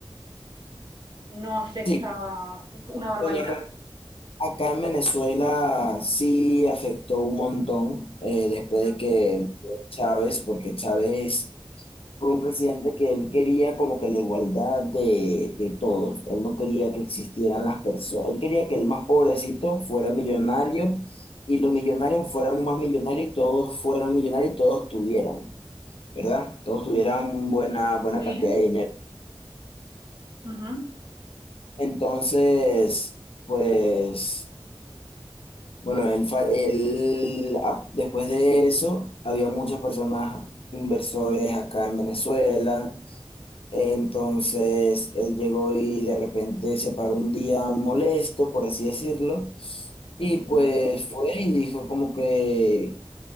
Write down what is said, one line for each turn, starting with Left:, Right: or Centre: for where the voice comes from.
Right: no afecta
Left: Sí,
Right: una barbaridad.
Left: pero re- acá en Venezuela sí afectó un montón eh, después
Right: Ujú,
Left: de que Chávez, porque Chávez Fue un presidente que él quería como que la igualdad de, de todos. Él no quería que existieran las personas. Él quería que el más pobrecito fuera millonario y los millonarios fueran más millonarios y todos fueran millonarios y todos tuvieran, ¿verdad? Todos tuvieran
Right: ujú.
Left: buena, buena
Right: Sí.
Left: cantidad de dinero.
Right: ujú.
Left: Entonces, pues, bueno, él, fa- él, a- después de eso, había muchas personas inversores acá en Venezuela Entonces él llegó y de repente se paró un día molesto, por así decirlo, y pues
Right: Ujú,
Left: fue y dijo como que